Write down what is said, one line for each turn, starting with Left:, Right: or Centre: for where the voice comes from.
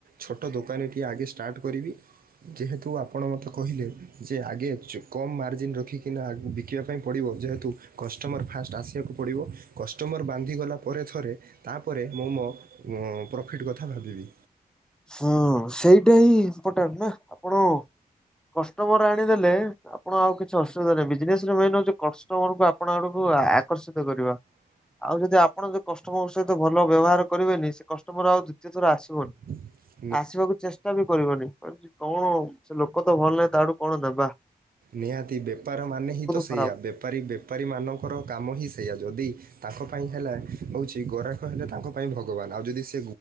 Right: ଛୋଟ ଦୋକାନ ଟିିଏ ଆଗେ ଷ୍ଟାର୍ଟ କରିବି। ଯେହେତୁ ଆପଣ ମତେ କହିଲେ ଯେ ଆଗେ କମ୍ ମାର୍ଜିନ୍ ରଖିକିନା ବିକିବା ପାଇଁ ପଡ଼ିବ ଯେହେତୁ କଷ୍ଟମର୍ ଫାଷ୍ଟ ଆସିବାକୁ ପଡ଼ିବ କଷ୍ଟମର ବାନ୍ଧିଗଲା ପରେ ଥରେ ତାପରେ ମୁଁ ମୋ ଉଁ ପ୍ରଫିଟ୍ କଥା ଭାବିବି।
Centre: ହଁ ସେଇଟା ହିଁ ଇମ୍ପୋର୍ଟାଣ୍ଟ ନା ଆପଣ କଷ୍ଟମର ଆଣିଦେଲେ। ଆପଣ ଆଉ କିଛି ଅସୁବିଧା ନାହିଁ ବିଜନେସ ରେ ମନ୍ ହଉଛି କଷ୍ଟମର କୁ ଆପଣ ଆଡକୁ ଆକର୍ଷିତ କରିବା। ଆଉ ଯଦି ଆପଣ ଯୋଉ କଷ୍ଟମରଙ୍କ ସହିତ ଭଲ ବ୍ୟବହାର କରିବେନି ସେ କଷ୍ଟମର ଆଉ ଦ୍ୱିତୀୟ ଥର ଆସିବନି।
Right: ହୁଁ
Centre: ଆସିବାକୁ ଚେଷ୍ଟା ବି କରିବନି କଣ ସେ ଲୋକ ତ ଭଲ ନାହିଁ ତାଠୁ କଣ ଦେବା
Right: ନିହାତି ବେପାର ମାନେ ହିଁ ତ ସେଇଆ
Centre: ଖରାପ।
Right: ବେପାରୀ ବେପାରୀମାନଙ୍କର କାମ ହିଁ ସେଇଆ ଯଦି ତାଙ୍କ ପାଇଁ ହେଲା ହଉଛି ଗରାଖ ହେଲେ ତାଙ୍କ ପାଇଁ ଭଗବାନ ଆଉ ଯଦି ସେ